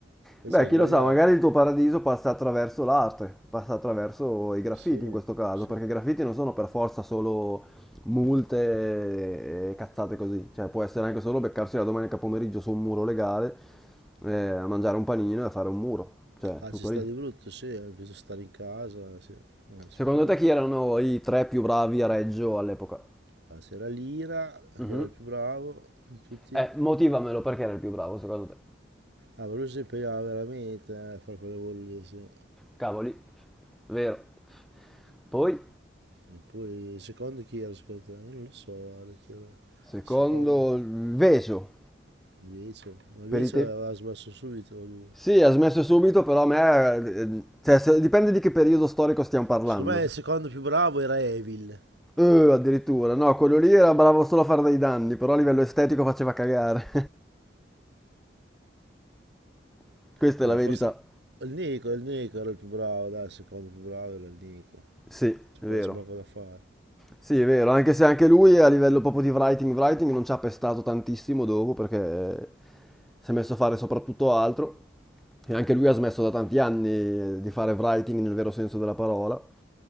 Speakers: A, on the right (about 65°); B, in the centre.
A: Invece
B: Beh,
A: ho
B: chi
A: sbagliato.
B: lo sa, magari il tuo paradiso passa attraverso l'arte, passa attraverso i graffiti
A: Sì,
B: in questo caso,
A: sì.
B: perché i graffiti non sono per forza solo multe e cazzate così, cioè può essere anche solo beccarsi la domenica pomeriggio su un muro legale, eh, a mangiare un panino e a fare un muro, cioè
A: Ah,
B: tutto
A: ci sta
B: lì.
A: di brutto, sì, ho bisogno stare in casa, sì, eh, sicuro.
B: Secondo te chi erano i tre più bravi a Reggio all'epoca?
A: Ah, c'era Lira,
B: Mhm.
A: che era il più bravo di tutti.
B: Eh, motivamelo perché era il più bravo secondo te.
A: Ah, ma lui si impegnava veramente eh, a fare quelle bolle, sì.
B: Cavoli, vero. Poi?
A: E poi il secondo chi era secondo te? Io non lo so, guarda, chi era il
B: Secondo
A: secondo.
B: il Veso.
A: Invece, ma invece
B: Per i
A: aveva
B: te-
A: smesso subito lui.
B: Sì, ha smesso subito, però a me... eh, Cioè, se- dipende di che periodo storico stiamo parlando.
A: Secondo me il secondo più bravo era Evil.
B: Eh, addirittura. No, quello lì era bravo solo a fare dei danni, però a livello estetico faceva cagare. <laughs> Questa
A: No,
B: è la verità.
A: forse... Il Nico, il Nico era il più bravo, dai, il secondo più bravo era il Nico.
B: Sì, è
A: C'è poco,
B: vero.
A: c'è poco da fare.
B: Sì, è vero, anche se anche lui a livello proprio di writing, writing non ci ha pestato tantissimo dopo perché eh, si è messo a fare soprattutto altro e anche lui ha smesso da tanti anni eh, di fare writing nel vero senso della parola,